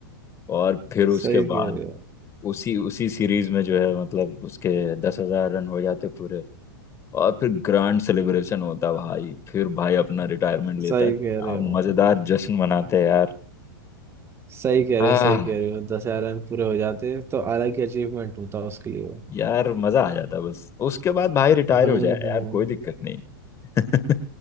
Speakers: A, on the left (about 25°); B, on the right (about 20°).
A: और फिर उसके
B: सही
A: बाद
B: कह रहे हो
A: उसी उसी सीरीज में जो है मतलब उसके दस हजार रन हो जाते पूरे और फिर ग्रैंड सेलिब्रेशन होता भाई फिर भाई अपना रिटायरमेंट
B: सही
A: लेता क्या
B: कह रहे हो
A: मजेदार जश्न मनाते हैं यार
B: सही कह रहे
A: आह
B: हो सही कह रहे हो दस हजार रन पूरे हो जाते तो अलग ही अचीवमेंट होता उसके लिए वो।
A: यार मजा आ जाता बस उसके बाद भाई रिटायर
B: हम्म
A: हो जाए
B: हम्म
A: यार कोई दिक्कत नहीं <laughs>